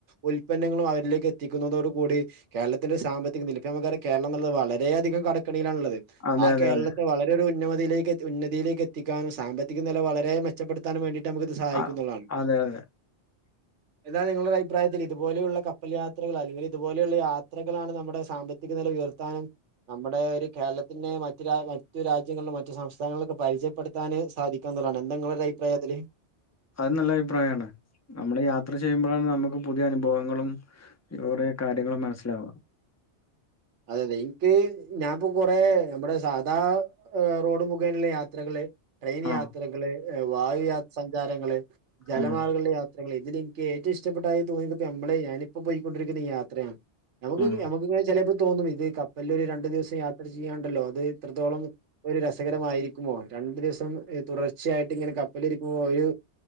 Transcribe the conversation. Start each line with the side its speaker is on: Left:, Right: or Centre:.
Right: ഉൽപന്നങ്ങളും അവരിലേക്ക് എത്തിക്കുന്നതോടു കൂടി കേരളത്തിന്റെ സാമ്പത്തിക നില പ്യ ഞമ്മക്കർയ കേരളം ന്നുള്ളത് വളരെയധികം കടക്കണിയിലാണുള്ളത്
Left: അതെ
Right: ആ
Left: അതെ
Right: കേരളത്തെ
Left: അതെ
Right: വള ലൊടു ഉന്നമതയിലേക്ക് എത്തി ഉന്നതിയിലേക്ക് എത്തിക്കാനും സാമ്പത്തിക നില വളരെ മെ ച്ചപ്പെടുത്താനും വേണ്ടിട്ട് നമുക്ക്‌ഇത് സഹായിക്കുന്ന്ള്ളാണ്
Left: ആഹ് അതെ അതെ <inaudible>
Right: എന്താണ് നിങ്ങളുടെ ഒരയിപ്രായത്തില് ഇതുപോലെയുള്ള കപ്പൽ യാത്രകൾ അല്ലെങ്കിൽ ഇതുപോലെയുള്ള യാത്രകളാണ് നമ്മുടെ സാമ്പ ത്തിക നില ഉയർത്താനും നമ്മുടെ കേരളത്തിനെ മറ്റ് രാ മറ്റു രാജ്യങ്ങൾളും മറ്റു സംസ്ഥാനങ്ങളിലൊക്കെ പരിചയപ്പെടുത്താന് സാധി ക്കുന്നതാണ് എന്താണ് ങ്ങളെ ഒരു അയിപ്രായതില്
Left: അത് നല്ല അഭിപ്രായമാണ് നമ്മള് യാത്ര ചെയ്യുമ്പളാണ് നമുക്ക് പുതിയ അനുഭവങ്ങളും ഇ കുറെ കാര്യങ്ങളും മനസ്സിലാവാ
Right: അതെ അതെ ഇൻക്ക് ഞാൻപ്പൊ കൊറേ നമ്മ്ടെ സാധാ റോഡ് മുഘേനെള്ള യാത്രകള് ട്രെയിൻ
Left: ആഹ്
Right: യാത്രകള്, വായു യ സഞ്ചാരങ്ങള്, ജലമാർഗ്ഗള്ള
Left: ആഹ്
Right: യാ ത്രകള് ഇതില് ഇൻക്ക് ഏറ്റവും ഇഷ്ടപ്പെട്ടായി തോന്നിയത്പ്പോ നമ്മള് ഞാനിപ്പൊ പോയിക്കൊണ്ടിരിക്കുന്ന ഈ യാത്രയാണ് മുക്ക്
Left: ആഹ്
Right: നമുക്ക് ഇങ്ങെ ചിലപ്പോ തോന്നും ഇത് കപ്പലിൽ ഒരു രണ്ടു ദിവസം യാത്ര ചെയ്യാണ്ടല്ലോ അത് എത്രത്തോളം ഒരു രസകരമായിരിക്കുമോ രണ്ടു ദിവസം തുടർച്ചയായിട്ട് ഇങ്ങനെ കപ്പലിരിക്കുമോ ഒരു